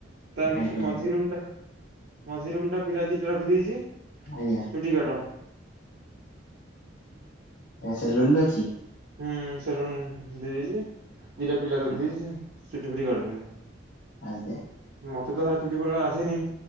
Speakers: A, on the right; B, on the left.
A: ତାର
B: ଆଜ୍ଞା
A: ମଝିରୁମ
B: ଆଜ୍ଞା
A: ଟା ମଝିରୁମ ଟା ପିରା ଦିଟା ରଖିଦେଇଛି,
B: ଆଜ୍ଞା
A: ଚୁଟି କାଟ।
B: ସେଲୁନ ବି ଅଛି?
A: ହୁଁ ସେଲୁନ ଦେଇ ଦେଇଛି, ଦିଟା ପିଲା ରଖିଦେଇଛି, ସେ ଚୁଟି ଫୁଟି କାଟୁଛନ୍ତି।
B: ଆଜ୍ଞା।
A: ମତେ ତ ଭାଇ ଚୁଟି ଫୁଟି ଆସିନି,